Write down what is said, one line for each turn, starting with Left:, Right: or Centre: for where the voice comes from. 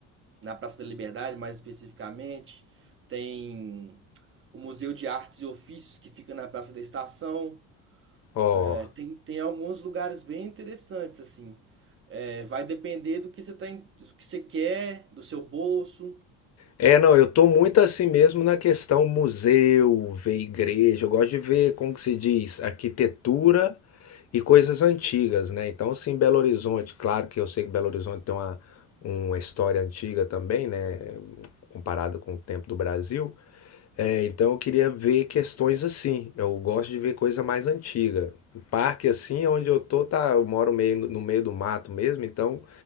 Right: na Praça da Liberdade mais especificamente. Tem o Museu de Artes e Ofícios, que fica na Praça da Estação.
Left: ó.
Right: É, tem, tem alguns lugares bem interessantes, assim. É, vai depender do que você tá, em- do que você quer, do seu bolso.
Left: É, não, eu tô muito assim mesmo na questão museu, ver igreja. Eu gosto de ver, como que se diz, arquitetura e coisas antigas, né? Então, sim, Belo Horizonte, claro que eu sei que Belo Horizonte tem uma, uma história antiga também, né? Comparado com o tempo do Brasil. É, então, eu queria ver questões assim. Eu gosto de ver coisa mais antiga. O parque, assim, onde eu tô, tá, eu moro meio, no meio do mato mesmo, então